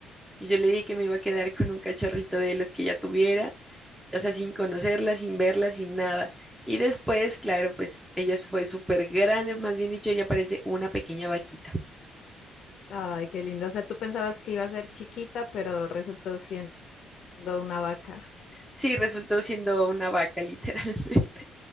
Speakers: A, in the centre; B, on the left (about 45°).
A: y yo le dije que me iba a quedar con un cachorrito de los que ella tuviera, o sea, sin conocerla, sin verla, sin nada. Y después, claro, pues ella fue súper grande, más bien dicho, ella parece una pequeña vaquita.
B: Ay, qué linda. O sea, tú pensabas que iba a ser chiquita, pero resultó siendo una vaca.
A: Sí, resultó siendo una vaca, <laughs> literalmente.